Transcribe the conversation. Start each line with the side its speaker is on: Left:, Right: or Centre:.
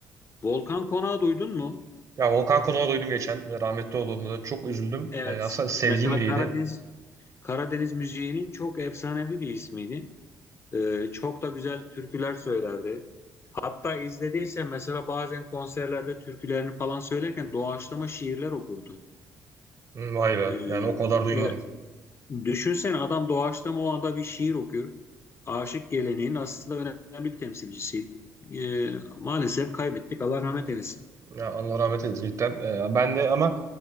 Left: Volkan Konak'ı duydun mu?
Right: Ya Volkan Konak'ı duydum geçen. ve Rahmetli olduğunda da çok üzüldüm.
Left: Evet.
Right: E, aslında sevdiğim
Left: Mesela
Right: biriydi.
Left: Karadeniz Karadeniz müziğinin çok efsanevi bir ismiydi. Ee, çok da güzel türküler söylerdi. Hatta izlediysen mesela bazen konserlerde türkülerini falan söylerken doğaçlama şiirler okurdu.
Right: Hı, Vay be.
Left: Ee,
Right: Yani o kadar duymadım.
Left: evet. Düşünsene adam doğaçlama o anda bir şiir okuyor. Aşık geleneğin aslında önemli bir temsilcisiydi. Ee, maalesef kaybettik. Allah rahmet eylesin.
Right: Ya Allah rahmet eylesin cidden. E, ben de ama